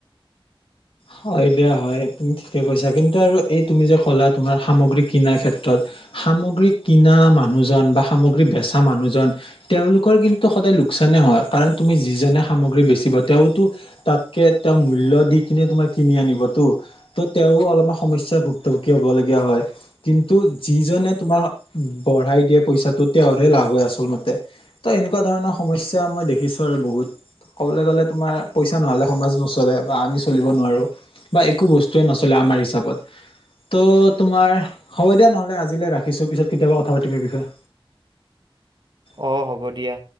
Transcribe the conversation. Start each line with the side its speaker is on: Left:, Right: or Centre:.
Left: হয়, বেয়া হয়। তুমি ঠিকে কৈছা। কিন্তু আৰু এই তুমি যে ক'লা তোমাৰ সামগ্ৰী কিনাৰ ক্ষেত্ৰত সামগ্ৰী কিনা মানুহজন বা সামগ্ৰী বেচা মানুহজন তেওঁলোকৰ কিন্তু সদায় লোকচ চানে হয়। কাৰণ তুমি যিজনে সামগ্ৰী বেচিব, তেওঁতো তাতকে তেওঁ মূল্য দি কিনে তোমাক কিনি আনিবটো। তো তেঁও অলপমান সমস্যাৰ ভুক্তভোগী হবলগীয়া হয়। কিন্তু যিজ যোনজনে তোমাৰ বঢ়াই দিয়ে পইচাটো তেওঁৰহে লাভ হয় আচল মতে ত এনেকুৱা ধৰণৰ সমস্যা এতিয়া মই দেখিছোঁ আৰু বহুত, ক'বলৈ গ'লে তোমাৰ পইচা নহ'লে সমাজ নচলে বা আমি চলিব নোৱাৰোঁ। বা একো বস্তুৱে নচলে আমাৰ হিচাপত। তো তোমাৰ, হ'ব দিয়া নহলে। আজিলৈ ৰাখিছোঁ। পিছত কেতিয়াবা কথা পাতিম এই বিষয়ে। <inaudible>
Right: অ' হ'ব দিয়া।